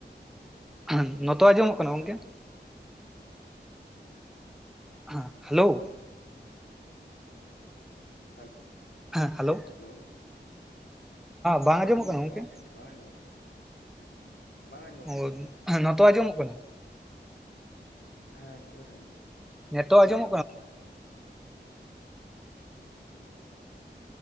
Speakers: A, in the centre; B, on the left.
A: ᱟ ᱱᱚᱛᱚ ᱟᱡᱚᱢᱚᱜ ᱠᱟᱱᱟ
B: ᱦᱮᱞᱳ
A: ᱜᱚᱝᱠᱮ? ᱦᱟ ᱦᱮᱞᱳ
B: ᱦᱟᱞ
A: ᱦᱮᱸ ᱦᱮᱞᱳ
B: ᱦᱮᱞᱳ! ᱦᱮᱸ
A: ᱵᱟᱝ
B: ᱞᱟᱹᱭ
A: ᱟᱸᱡᱚᱢᱚᱜ
B: ᱫᱟᱞᱤᱧ
A: ᱠᱟᱱᱟ ᱜᱚᱝᱠᱮ
B: ᱨᱚᱲ ᱴᱷᱤᱠ ᱵᱟᱝ ᱟᱸᱡᱚᱢᱚᱜ ᱠᱟᱱᱟ᱾ ᱵᱟᱝ ᱟᱸᱡᱚᱢᱚᱜ
A: ᱦᱳᱭ,
B: ᱠᱟᱱᱟ ᱚᱠᱟ ᱡᱚᱠᱷᱚᱡ
A: ᱱᱚᱛᱚ ᱟᱸᱡᱚᱢᱚᱜ ᱠᱟᱱᱟ?
B: ᱦᱮᱸ ᱱᱤᱛᱚᱜ ᱠᱟᱹᱴᱤᱡ ᱟᱡᱚᱢᱚᱜ ᱠᱟᱱᱟ᱾
A: ᱱᱮᱛᱚᱜ ᱟᱸᱡᱚᱢᱚᱜ ᱠᱟᱱᱟ?